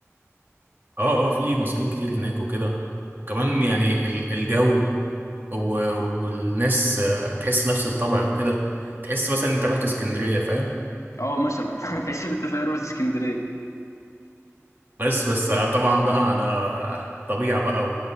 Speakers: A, on the right; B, on the left.
A: اه اه في مصريين كتير هناك وكده وكمان يعني ال- الجو و- والناس آه، تحس نفس الطبع وكده تحس مثلا انت رحت اسكندريه فاهم
B: اه مثلا <laughs> تحس ان انت في روح اسكندريه
A: بس بس آه، طبعا بقى على طبيعه بقى